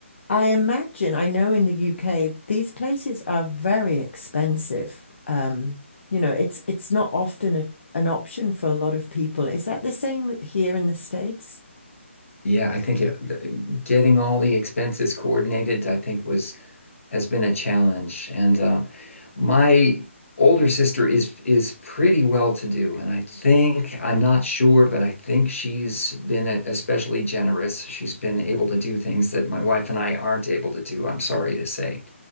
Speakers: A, on the left; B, on the left.
A: I imagine I know in the UK these places are very expensive. Um, you know, it's it's not often a, an option for a lot of people. Is that the same here in the States?
B: Yeah, I think it, the, getting all the expenses coordinated, I think was has been a challenge. And uh, my older sister is is pretty well to do, and I think I'm not sure, but I think she's been a- especially generous. She's been able to do things that my wife and I aren't able to do. I'm sorry to say,